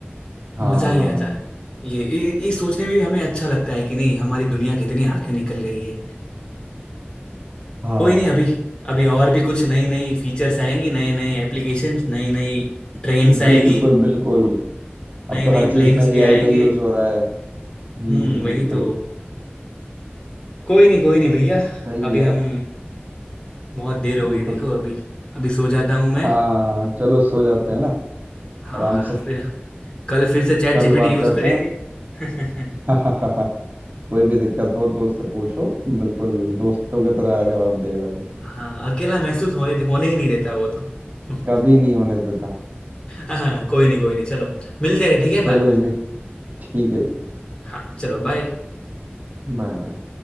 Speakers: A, on the right (about 50°); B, on the left (about 25°).
A: हाँ
B: मजा ही
A: हाँ
B: आ जाए ये ये ये सोचने में भी हमें अच्छा लगता है कि नहीं हमारी दुनिया कितनी आगे निकल गई है
A: हाँ
B: कोई नहीं अभी अभी और भी कुछ नई नई फीचर्स आएंगी नए नए एप्लीकेशंस नई नई ट्रेन्स
A: बिल्कुल
B: आएगी
A: बिल्कुल अब
B: नए
A: तो
B: नए
A: हर चीज
B: प्लेन्स
A: में एआई
B: भी आएंगे
A: का यूज हो रहा है हम्म
B: हम्म वही
A: बिल्कुल
B: तो कोई नहीं कोई नहीं भैया
A: सही
B: अभी
A: है
B: हम बहुत देर हो
A: बिल्कुल
B: गई देखो अभी अभी सो जाता हूँ मैं
A: हाँ चलो सो जाते हैं ना
B: हाँ
A: आराम से
B: फिर कल फिर से चैट
A: कल
B: जीपीटी
A: बात
B: यूज
A: करते
B: करेंगे
A: हैं
B: <laughs>
A: <laughs> कोई भी दिक्कत हो तो उससे पूछो बिल्कुल दोस्तों की तरह जवाब देगा वो
B: हाँ अकेला महसूस होने दे होने ही नहीं देता वो तो <laughs>
A: कभी नहीं होने देता
B: हाँ कोई नहीं कोई नहीं चलो मिलते हैं ठीक है
A: चलो
B: बाद में
A: जी ठीक है जी
B: हाँ चलो बाय
A: Bye bye